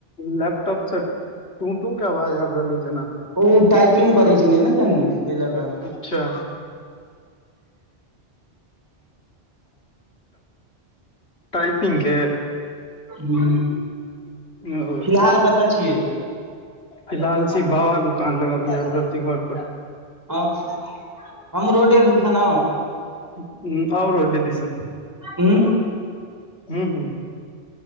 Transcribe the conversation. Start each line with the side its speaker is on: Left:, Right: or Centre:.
Left: लैपटॉप से टू टू के आवाज आबि रहलै जेना
Right: ओ टाइपिंग करै छलियै ने कनि एहिल कऽ
Left: अच्छा। टपिंगके?
Right: हूँ,
Left: ओ।
Right: फिलहाल कतऽ छियै
Left: फिलहाल अछि बाबा दुकान आईब रहल छी घर पर।
Right: हमहूँ रोडे दिसन आ
Left: ह, आउ रोडे दिसन
Right: ह।
Left: हू, हू।